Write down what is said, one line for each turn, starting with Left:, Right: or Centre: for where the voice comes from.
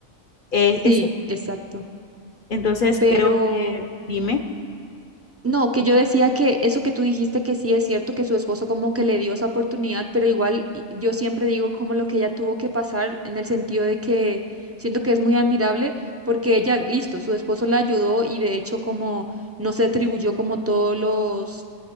Left: Es,
Right: Sí,
Left: es
Right: exacto.
Left: entonces
Right: Pero
Left: creo que, dime,
Right: No, que yo decía que eso que tú dijiste que sí es cierto, que su esposo como que le dio esa oportunidad, pero igual y- yo siempre digo como lo que ella tuvo que pasar en el sentido de que siento que es muy admirable porque ella, listo, su esposo la ayudó y de hecho como no se atribuyó como todos los